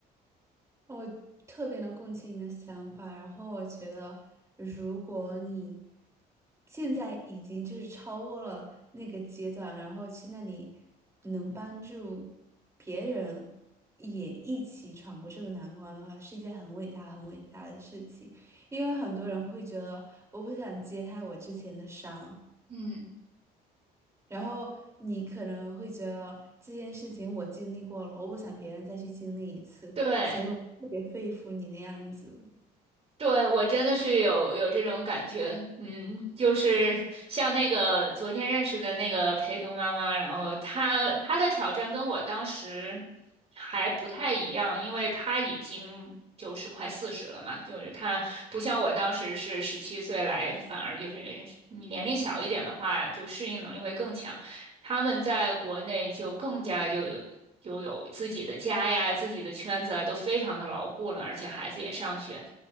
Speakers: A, on the right; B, on the right.
A: 我特别能共情你的想法，然后我觉得，如果你现在已经就是超过了那个阶段，然后去那里能帮助别人也一起闯过这个难关的话，是一件很伟大、很伟大的事情。因为很多人会觉得，我不想揭开我之前的伤，
B: 嗯，
A: 然后你可能会觉得这件事情我经历过了，我不想别人再去经历一次，
B: 对，
A: 特别佩服你的样子。
B: 对，我真的是有有这种感觉，嗯，就是像那个昨天认识的那个陪读妈妈，然后她她的挑战跟我当时还不太一样，因为她已经就是快四十了嘛，就是她不像我当时是十七岁来，反而就是你年龄小一点的话，就适应能力会更强。他们在国内就更加就有就有自己的家呀、自己的圈子啊，都非常的牢固了，而且孩子也上学，